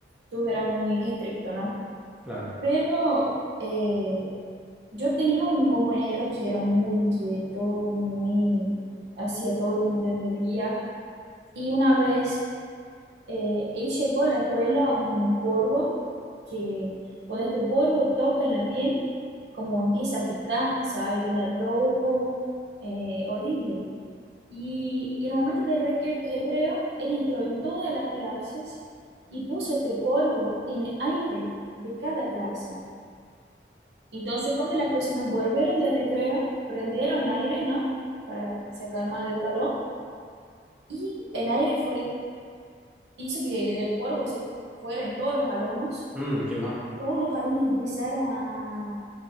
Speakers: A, on the right; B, in the centre.
A: todo era muy estricto, ¿no?
B: Claro.
A: Pero eh, yo tenía un compañero que era muy inquieto, muy hacía todo que no debería. Y una vez Eh, él llevó a la escuela un polvo que cuando este polvo toca en la piel, como empieza a picar, ¿sabe? Queda rojo, eh, horrible. Y, y en el momento de recre- recreo, él entró en todas las clases y puso este polvo en el aire de cada clase. Entonces, cuando las personas volvieron de recreo, prendieron aire, ¿no? Para sacar más del calor. Y el aire fue hizo que del polvo se fu- fueran todos los alumnos.
B: Mm, qué mal.
A: Y todos los alumnos empezaron a,